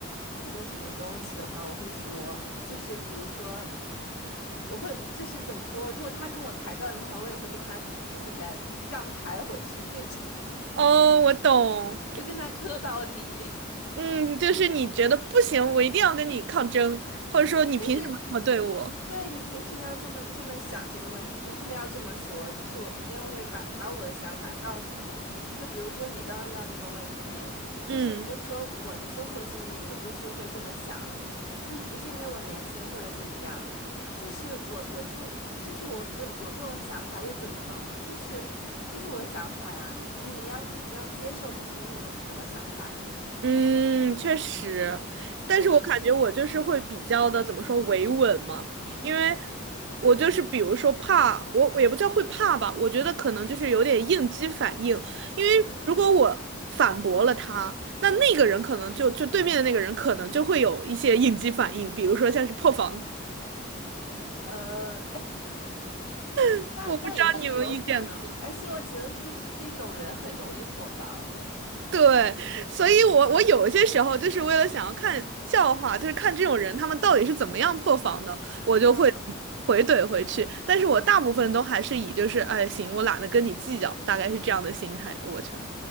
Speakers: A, on the left; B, on the right.
A: 一个什么东西的话，我会说，就是比如说，我会就是怎么说，如果他跟我抬杠的话，我也会跟他抬，就是敢杠抬回去那种，
B: 哦，我懂，
A: <laughs> 就跟他磕到底。
B: 嗯，就是你觉得不行，我一定要跟你抗争，或者说你凭什么这么对我？
A: 就是对你凭什么要这么这么想这个问题？凭什么要这么说？就是我一定会把把我的想法告诉你。就比如说你刚刚遇到那个问题，就是你就说我的生活经历，
B: 嗯。
A: 我就是会这么想，就是不是因为我年轻或者怎么样，就是我我就就是我就有这种想法又怎么呢？就是就是我的想法呀，你要你要接受不同的人有不同的想法呀。
B: 嗯，确实，但是我感觉我就是会比较的怎么说维稳嘛，
A: 对呀，
B: 因为我就是比如说怕，我我也不叫会怕吧，我觉得可能就是有点应激反应，因为如果我反驳了他，
A: 嗯。
B: 那那个人可能就就对面的那个人可能就会有一些应激反应，比如说像是破防，
A: 呃。
B: <laughs>
A: 那那也是有可能，
B: 我不知道你有没有遇见过。
A: 而且我觉得就是这种人很容易破防。
B: 对，所以我我有些时候就是为了想要看笑话，就是看这种人他们到底是怎么样破防的，我就会
A: 嗯
B: 回怼回去。但是我大部分都还是以就是哎行，我懒得跟你计较，大概是这样的心态过去了。